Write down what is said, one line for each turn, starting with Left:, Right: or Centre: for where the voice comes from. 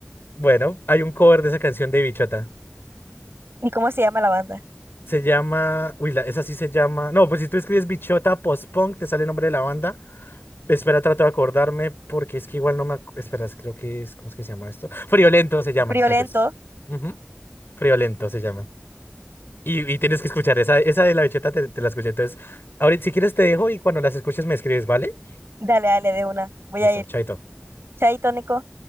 Left: Bueno, hay un cover de esa canción de Bichota.
Right: ¿Y cómo se llama la banda?
Left: Se llama. Uy, la- esa sí se llama. No, pues si tú escribes Bichota Post-Punk, te sale el nombre de la banda. Espera, trato de acordarme porque es que igual no me... ac- Espera, es- creo que es... ¿Cómo es que se llama esto? Friolentos se llaman
Right: Friolento.
Left: ellos. Ujú, Friolentos se llaman. Y, y tienes que escuchar esa, esa de la bicheta, te, te la escuché. Entonces, ahorita si quieres te dejo y cuando las escuches me escribes, ¿vale?
Right: Dale, dale, de una. Voy
Left: Listo,
Right: a ir.
Left: chaito.
Right: Chaito, Nico.